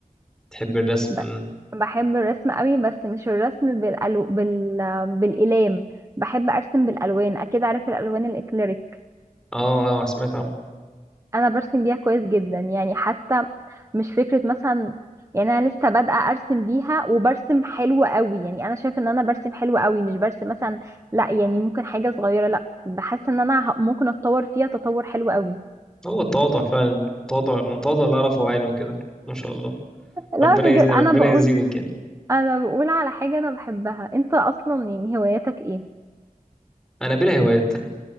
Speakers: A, in the centre; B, on the right (about 20°).
A: بتحبي الرسم
B: ب- بحب الرسم قوي بس مش الرسم بالألو... بال... بالإلام بحب أرسم بالألوان أكيد عارف الألوان الإكليريك
A: اه اه سمعت عنه
B: أنا برسم بيها كويس جدا يعني حتى مش فكرة مثلا يعني أنا لسه بادئة أرسم بيها وبرسم حلو قوي يعني أنا شايفة إن أنا برسم حلو قوي مش برسم مثلا لا يعني ممكن حاجة صغيرة لا بحس إن أنا ه- ممكن أتطور فيها تطور حلو قوي
A: هو التواضع فعلا التواضع من تواضع لا رفع عينه كده ما شاء الله
B: لا
A: ربنا
B: بجد
A: يز...
B: أنا
A: ربنا
B: بقول
A: يزيدك يعني
B: أنا بقول على حاجة أنا بحبها أنت أصلا يعني هواياتك إيه
A: أنا بلا هوايات